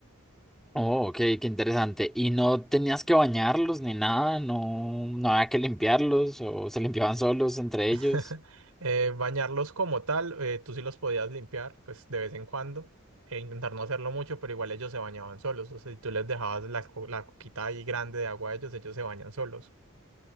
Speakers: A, in the centre; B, on the right.
A: Oh, ok, qué interesante. ¿Y no tenías que bañarlos ni nada? ¿No, no había que limpiarlos o se limpiaban solos entre
B: <laughs>
A: ellos?
B: Eh, bañarlos como tal, eh, tú sí los podías limpiar, pues de vez en cuando, e intentar no hacerlo mucho, pero igual ellos se bañaban solos. O sea, si tú les dejabas la, co- la coquita ahí grande de agua a ellos, ellos se bañan solos.